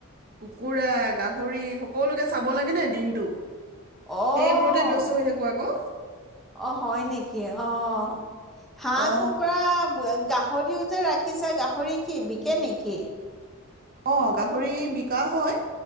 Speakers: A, on the right; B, in the centre.
A: কুকুৰা, গাহৰি সকলোকে চাব লাগে ন দিনটো?
B: অহ,
A: সেইবোৰতে ব্যস্ত হৈ থাকো আকৌ
B: অ হয় নেকি? অহ। হাঁহ,
A: অ
B: কুকুৰা, গাহৰিও যে ৰাখিছে, গাহৰি কি কিয়ে নেকি?
A: অহ, গাহৰি বিকা হয়